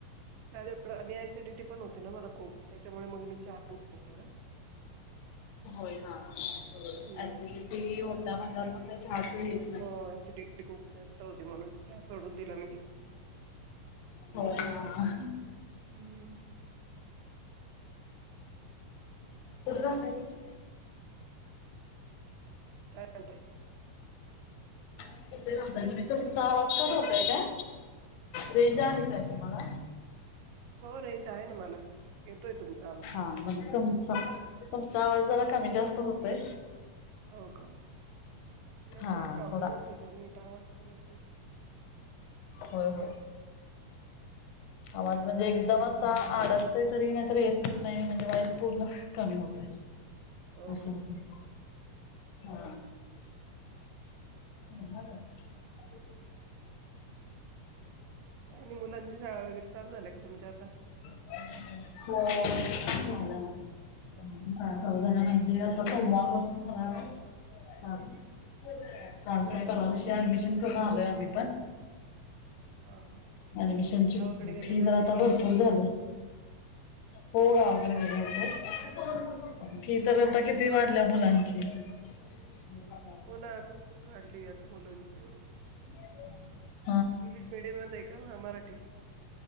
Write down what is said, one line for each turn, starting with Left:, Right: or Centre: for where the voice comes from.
Right: चहा <unintelligible> आणि ॲसिडिटी पण होते नां मला खूप. त्याच्यामुळे मग मी चहा पीत नाही तेवढं.
Left: होय हा बरोबर.
Right: हम्म
Left: ॲसिडीटी होत्या म्हणल्यावर मग
Right: असं
Left: काय चहाच हेच नई.
Right: हो असिडी खूप जास्त होते म्हणून चहा सोडून दिला मी.
Left: हो हा.
Right: हम्म.
Left: कुठ राहताय मी?
Right: काय म्हणताय?
Left: <unintelligible> तुमचा आवाज कट होतय का? रेंज आहे काय तुम्हाला?
Right: हो रेंज आहे ना मला. येतोय तुमचा आवाज.
Left: हा म्हणजे तुमचां तुमचां आवाज जरा कमी जास्त होतोय.
Right: होव का? काईतरी
Left: हा
Right: प्रॉब्लेमचय
Left: थोडा
Right: नीट आवाज पण येत नाही.
Left: होय होय. आवाज म्हणजे एकदम असा आडकतय तरी. नाहीतरी येत तर नाही. म्हणजे वाईस पूर्णच कमी होतोय.
Right: हो
Left: अस
Right: का?
Left: होतय हा <unintelligible> <unintelligible>
Right: काय नाही मुलांची शाळा वगैरे चालू झाल्या का तुमच्या आता?
Left: हो झालं ना. मुलांची शाळा
Right: हो
Left: चालू झाली.
Right: का?
Left: म्हणजे आता सोमवार पासन होणाराय. सात जून काल काय परवा दिवशी ऍडमिशन करून आलोय आम्ही पण.
Right: हां हां.
Left: ऍडमिशनची
Right: गावाकडे गेलेले
Left: फी जरा
Right: होते
Left: आता
Right: का
Left: भरपूर
Right: तुम्ही?
Left: झाल्या. हो गावाकडे गेलो होतो.
Right: हां.
Left: फी तर आता किती वाढल्या मुलांची. <unintelligible>
Right: हो ना खूपी वाढली आता मुलांची हो
Left: <unintelligible>
Right: इंग्लिश मिडियम मध्ये आहे का मराठी?